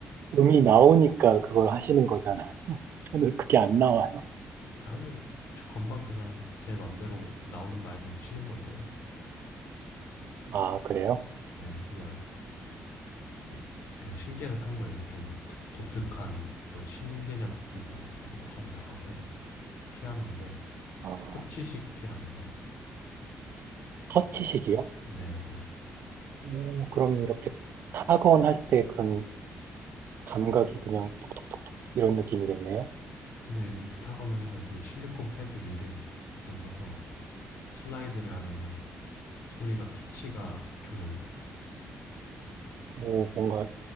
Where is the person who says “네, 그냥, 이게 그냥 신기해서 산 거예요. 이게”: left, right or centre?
Left